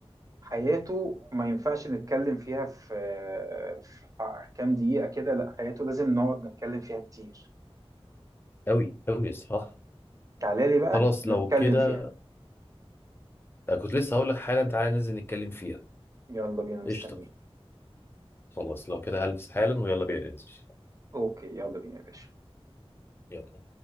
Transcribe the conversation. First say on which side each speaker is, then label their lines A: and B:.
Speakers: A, on the right; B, on the left.
A: حياته ما ينفعش نتكلم فيها في آه، في كام دقيقة كده لا حياته لازم نقعد نتكلم فيها كتير
B: قوي قوي صح
A: تعالى لي بقى
B: خلاص
A: نتكلم
B: لو كده
A: فيها
B: آه، كنت لسه هقول لك حالا تعالى ننزل نتكلم فيها
A: يلا بينا مستنيك
B: قشطه خلاص لو كده هلبس حالا ويلا بينا ننزل
A: اوكي يلا بينا يا باشا
B: يلا